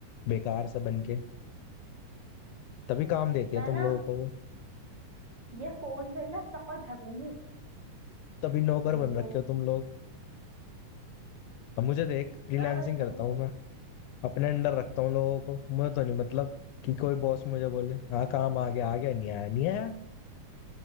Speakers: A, on the left; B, on the right.
A: बेकार से बन के तभी काम देती
B: मैं
A: है तुम
B: ना
A: लोगों को वो।
B: ये फोन से ही ना चप्पल फेंकूंगी
A: तभी नौकर
B: हाँ नहीं
A: बन
B: तो
A: रखे हो तुम लोग अब मुझे देख फ्रीलांसिंग
B: मैं तो नहीं मरी
A: करता हूँ मैं अपने अंडर रखता हूँ लोगों को मुझे तो नहीं मतलब कि कोई बॉस मुझे बोले हाँ काम आ गया आ गया नहीं आया नहीं आया